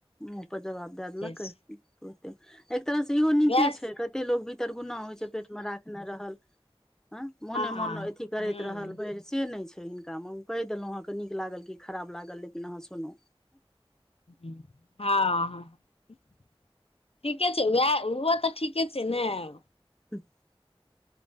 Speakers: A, in the centre; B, on the left (about 80°).
A: मुँह पर जबाब दै दलक
B: से छै
A: <unintelligible> एक तरह स इहो नीके
B: वएह
A: छै कतेक लोक भीतरगुना होइ छै पेटमे राखने रहल हँ मोने
B: हँ
A: मोन अथी करैत
B: हूँ
A: रहल ब से नै छै हिनका मे कैह देलौ अहाँकें नीक लागल कि खराब लागल लेकिन अहाँ सुनू
B: हँ ह <inaudible> ठीके छै वैह ओहो तऽ ठीक ठीके छै नै ब
A: <unintelligible>